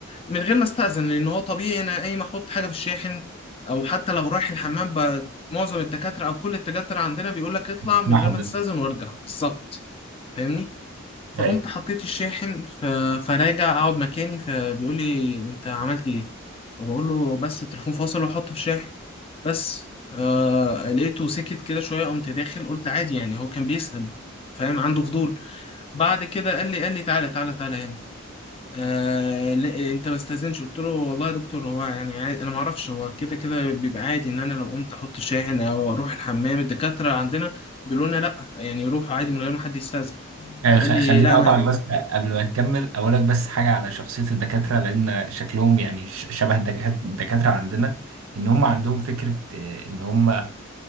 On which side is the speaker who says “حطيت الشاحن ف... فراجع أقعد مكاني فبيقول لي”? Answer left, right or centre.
Left